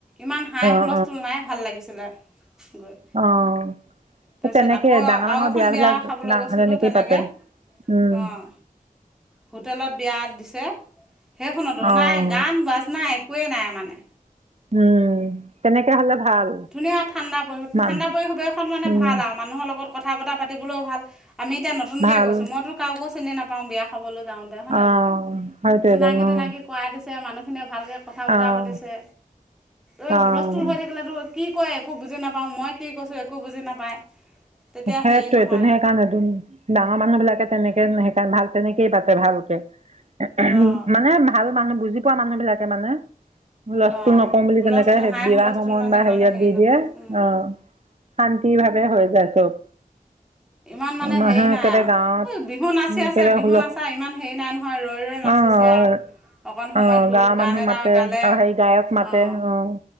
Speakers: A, in the centre; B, on the right.
A: ইমান হাঁই হুলস্থুল
B: অঁ
A: নাই ভাল লাগিছিলে গৈ।
B: অ',
A: তাৰপিছত
B: তেনেকেই
A: আকৌ
B: ডাঙৰ -
A: আৰু
B: ডাঙৰ
A: এখন
B: বিয়াবিলাক
A: বিয়া খাবলৈ গৈছিলোঁ
B: তেনেকেই
A: তেনেকৈ
B: পাতে। উম।
A: অঁ হোটেলত বিয়াত দিছে, সেইখনতো
B: অঁ
A: নাই গান -বাজনা একোৱেই নাই মানে।
B: উম, তেনেকে হ'লে ভাল।
A: ধুনীয়া ঠাণ্ডা পৰিৱেশ,
B: মান
A: ঠাণ্ডা পৰিৱেশত মানে
B: উম
A: ভাল আও মানুহৰ লগত কথা-বতা পাতিবলও ভাল আমি এতিয়া নতুনকে
B: ভাল
A: গৈছো, মইতো কাকো চিনি নাপাওঁ বিয়া খাবলৈ যাওঁতে। তে হয়নে
B: অ',
A: নহয়?
B: সেইটোৱেইটোন
A: চিনাকি
B: অ',
A: তিনাকি কৰাই দিছে, মানুহখিনিয়ে ভালকে কথা বতৰা
B: অ',
A: পাতিছে। এই
B: অ',
A: হুলস্থুল হৈ থাকিলেতো কি কয় একো বুজি নাপাওঁ, মই কি কৈছোঁ একো বুজি নাপায়। তেতিয়া
B: সেইটোৱে
A: হেৰি নহয়
B: টো সেইকাৰণ টো ডাঙৰ মানুহ বিলাকে তেনেকে ন সেইকাৰণে ভাল তেনেকেই পাতে ভালকে <unintelligible>
A: অঁ।
B: মানে ভাল মানুহ, বুজি পোৱা মানুহ বিলাকে মানে। হোলস্তোল
A: অঁ
B: নকওঁ বুলি
A: হুলস্থুল
B: তেনেকে
A: হাই
B: বিবাহ
A: হুলস্থুল
B: ভৱন
A: মানে
B: বা
A: ইমান
B: হেৰিয়ত
A: হেৰি
B: দি
A: নহয়।
B: দিয়ে অঁ,। শান্তি ভাবে হৈ যায় চ'ব।
A: ইমান মানে
B: মানুহে
A: হেৰি নাই
B: একেবাৰে
A: আও,
B: গাঁৱত
A: বিহুঁ নাচি
B: উম,
A: আছে
B: একেবাৰে
A: বিহুঁ
B: হুলস্থ
A: নাচা ইমান হেৰি নাই নহ হয় ৰৈ ৰৈ নাচিছে
B: অ',
A: আও অকণ সময়
B: অ',
A: ধোল
B: গাঁৱৰ
A: গান
B: মানুহ
A: এটা
B: মাতে
A: গালে।
B: আৰু হেৰি গায়ক মাতে
A: অঁ
B: অ'।